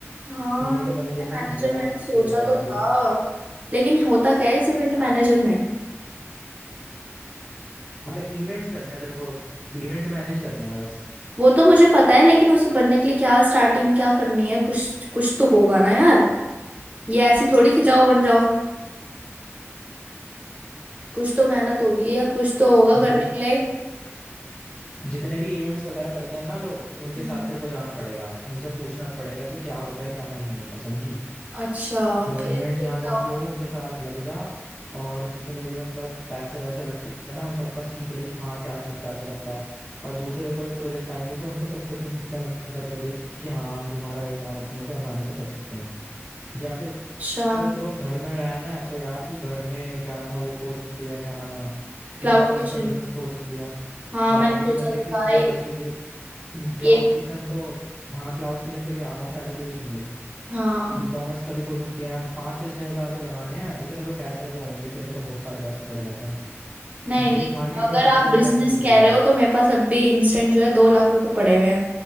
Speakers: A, on the right; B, on the left.
A: हाँ
B: इवेंट
A: इवेंट
B: मैनेजर में
A: मैनेजर
B: बहुत
A: मैंने सोचा
B: स्कोप है
A: तो
B: भाई
A: था लेकिन होता क्या है इस इवेंट मैनेजर में
B: अबे इवेंट्स करने हैं तेरे को इवेंट मैनेज करने हैं बस
A: वो तो मुझे पता है लेकिन उसे बनने के लिए क्या स्टार्टिंग क्या करनी है कुछ कुछ तो होगा ना यार ये ऐसी थोड़ी कि जाओ बन जाओ कुछ तो मेहनत होगी या कुछ तो होगा
B: देख
A: करने के लिए
B: जितने भी इवेंट्स वगैरह करते हैं ना लोग उनके
A: हम्म।
B: साथ तेरे को जाना पड़ेगा उनसे पूछना पड़ेगा कि क्या होता है क्या नहीं होता समझी
A: अच्छा
B: मतलब
A: फिर
B: इवेंट जहाँ
A: फिर क्या
B: जहाँ
A: होगा
B: पे हो उनके साथ लग जा और जितने भी मतलब पैसे वैसे लगते हैं ना उन सबका सीख ले कि कहाँ क्या चीज पैसा लगता है और दूसरे कोई प्रोजेक्ट आएंगे तो उनको सस्ते से सस्ते में करके देख कि हाँ हम तुम्हारा ये काम इतने से आसानी से कर सकते हैं या फिर
A: अच्छा
B: अगर तेरे को घर में रहना है तो यार तू घर में क्या नाम है वो खोल सकती है क्या नाम है
A: Cloud
B: ई कॉमर्स
A: kitchen
B: का बिजनेस खोल सकती है
A: हाँ
B: मार्केट
A: मैंने सोचा
B: में देख
A: तो
B: के सबसे
A: था
B: ज्यादा
A: ये
B: चीजें क्लाउड
A: ये
B: किचन तो हाँ क्लाउड किचन पे भी आ रहा हूँ पहले तो ये सुन ले
A: हाँ
B: ई कॉमर्स का भी खोल सकती है पाँच या छह हजार रुपये लगाने हैं इतने तो खैर तेरे पे होंगे तेरे पे तो बहुत सारे पैसे पड़े रहते हैं
A: नहीं
B: देख
A: नहीं
B: मार्केट
A: अगर
B: में क्या
A: आप
B: चीज
A: बिजनेस
B: ट्रेंड चल रही
A: कह
B: है
A: रहे हो तो मेरे पास अब भी इंस्टेंट जो है दो लाख रुपए पड़े हुए हैं